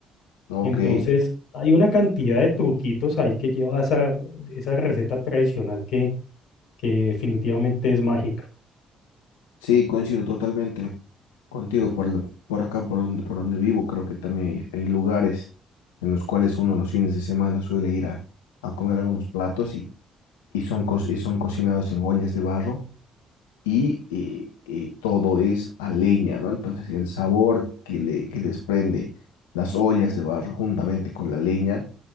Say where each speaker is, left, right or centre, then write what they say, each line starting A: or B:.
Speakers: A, on the left; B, on the left.
A: Ok,
B: Entonces, hay una cantidad de truquitos ahí que lleva esa, esa receta tradicional que, que definitivamente es mágica.
A: sí, coincido totalmente contigo por, la- por acá, por donde, por donde vivo. Creo que también hay, hay lugares en los cuales uno los fines de semana suele ir a, a comer algunos platos y son, co- y son cocinados en ollas de barro y, eh, eh, todo es a leña, ¿no? Entonces el sabor que, le, que desprende las ollas de barro juntamente con la leña